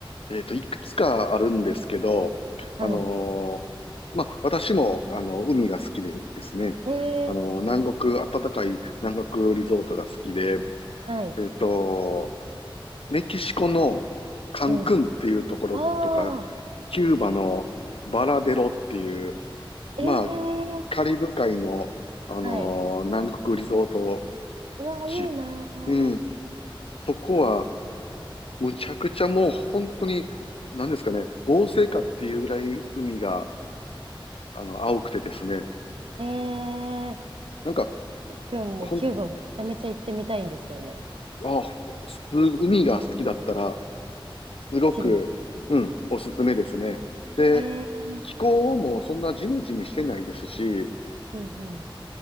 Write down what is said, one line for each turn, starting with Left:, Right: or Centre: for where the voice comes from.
Left: えっと、いくつかあるんですけど、
Right: はい。
Left: あのーまあ、私も、あの、海が好きでですね、
Right: えー、
Left: あの、南国、暖かい南国リゾートが好きで、
Right: はい。
Left: えっと、メキシコのカンクンっていうところとか、
Right: うん。ああ、
Left: キューバのバラデロっていう、まあ、
Right: えー、
Left: カリブ海の、あの
Right: はい。
Left: ー南国リゾート
Right: うわ、
Left: 地。
Right: いいな
Left: うん、
Right: ー。
Left: そこは、むちゃくちゃもう本当に、なんですかね、合成かっていうぐらい海があの、青くてですね。
Right: えー、
Left: なんか、
Right: くんもキューバもめちゃめちゃ行ってみたいんですよね。
Left: ほん、あ、す、海が好きだったら、すごく、
Right: 綺麗。
Left: うん、おすすめですね。で、
Right: えー、
Left: 気候もそんなジメジメしてないですし、
Right: うんう